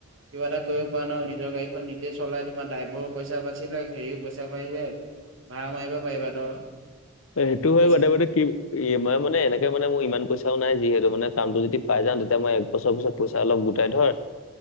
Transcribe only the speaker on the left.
সেইটো হয়
<unintelligible> কি মই মানে এনেকে মানে মোৰ ইমান পইচাও নাই যিহেতু মানে কামটো যদি পাই যাও তেতিয়া মই বছৰ পিছত পইচা অলপ গোটাই ধৰ।